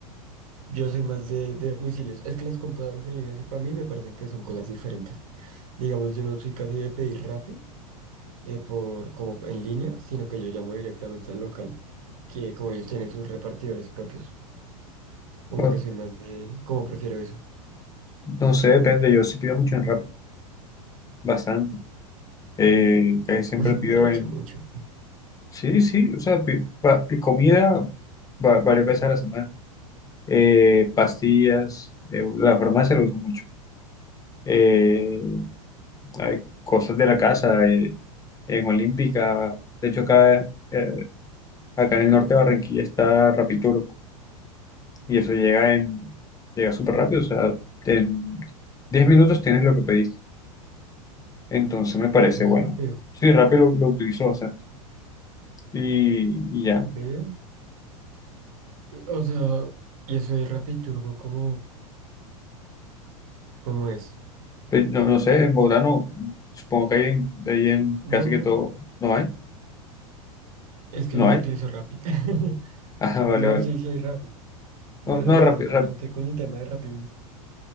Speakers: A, on the right; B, on the left.
A: yo soy más de, de domicilios. Es que las compradoras en línea sí para mí me parecen que son cosas diferentes. Digamos, yo no soy casi de pedir Rappi eh, por, como en línea, sino que yo llamo directamente al local, que como ellos tienen sus repartidores propios. Como
B: bueno,
A: que soy más de, como prefiero eso.
B: no sé, depende, yo sí pido mucho en Rappi, bastante. Eh, casi siempre
A: <laughs>
B: pido
A: De hecho,
B: en,
A: mucho.
B: sí, sí, o sea, pi- va- comida va- varias veces a la semana, Eh, pastillas, eh, la farmacia lo uso mucho. Eh, hay cosas de la casa, eh, en Olímpica. De hecho, acá, eh, acá en el norte de Barranquilla está Rapid Turbo y eso llega en, llega súper rápido, o sea, en 10 minutos tienes lo que pediste. Entonces me parece
A: Ve, Eso
B: bueno.
A: es rápido.
B: Sí, rápido lo, lo utilizo bastante y, y ya.
A: Ve. y- O sea, y eso es Rappi Turbo, cómo cómo es?
B: Pues, No, no sé, en Bogotá no, supongo que hay en, ahí en
A: No,
B: casi
A: no,
B: que
A: no.
B: todo, no hay,
A: Es que
B: no
A: yo
B: hay.
A: no utilizo
B: <laughs>
A: Rappi. <laughs>
B: Ah, vale,
A: No,
B: vale.
A: sí, sí hay Rappi,
B: No,
A: pero
B: no
A: yo
B: Rapid,
A: realmente
B: Rap-
A: con el tema de Rappi